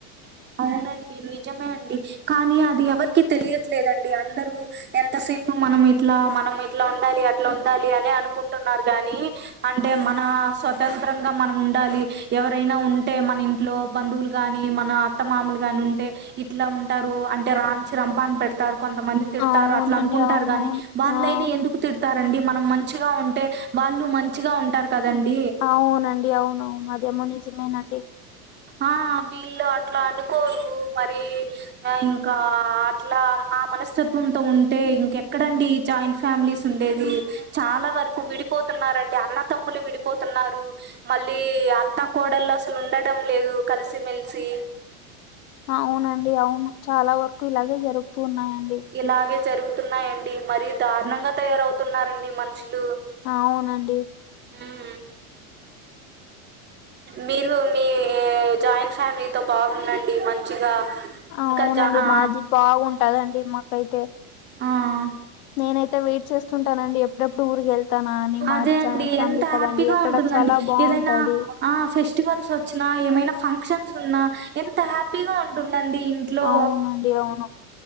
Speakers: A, on the right (about 25°); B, on the left (about 70°).
A: అవునండి నిజమే అండి కానీ అది ఎవరికి తెలియట్లేదండి అందరూ ఎంతసేపు మనం ఇట్లా మనం ఇ ట్లా ఉండాలి అట్లా ఉండాలి అనే అనుకుంటున్నారు గాని అంటే మన స్వతంత్రంగా మనం ఉండాలి ఎవరైనా ఉంటే మన ఇంట్లో బంధువులు గాని మనాత్ త్త మామూలుగానీ ఉంటే ఇట్ల ఉంటారు అంటే రాంచి రంపాన పెడతారు కొంతమంది తిడతారు
B: అవునండి
A: అట్ల అనుకుంటారు
B: అవునవును
A: గాని వాళ్ళైనా
B: ఆ
A: ఎందుకు తిడ్ తారండి మనం మంచిగా ఉంటే వాళ్ళు మంచిగా ఉంటారు కదండి
B: అవునండి అవునవును అదేమో నిజమేనండి
A: ఆ వీళ్ళు అట్లా అనుకోరు మరి ఇంకా అట్లా ఆ మనస్తత్వంతో ఉంటే ఇంకెక్కడండి జాయింట్ ఫ్యామిలీస్ ఉండేది చాలా వరకు విడిపోతున్నారండి అన్న తమ్ములు విడిపోతున్నారు మళ్ళీ అత్తా కోడళ్లు అసలు ఉండటం లేదు కలిసిమెలిసి
B: అవునండి అవును చాలా వరకు ఇలాగే జరుగుతూన్నాయండి
A: ఇలాగే జరుగుతున్నాయండి మరీ దారుణంగా తయారవుతున్నారండి మనుషులు
B: అవునండి
A: ఉమ్, మీరు మీ జాయింట్ ఫ్యామిలీతో బాగుందండి మంచిగా
B: అవునండి
A: ఇంకా జా ఆ
B: మాది బాగుంటదండి మాకైతే
A: ఆ
B: నేనైతే వెయిట్ చేస్తుంటానండి ఎప్ ప్పుడెప్పుడు ఊరికెళ్తనా అని మాది
A: అదే అండి
B: జాయింట్ ఫ్యామిలీ
A: ఎంత
B: కదండి
A: హ్యాపీగా
B: అక్కడ
A: ఉంటుందండి.
B: చాలా బావుంటది
A: ఏదైనా ఆ ఫెస్టివల్స్ వచ్చినా ఏమైనా ఫంక్షన్స్ ఉన్నా ఎంత హ్యాపీగా ఉంటుందండి ఇన్ ట్లో
B: అవునండి అవును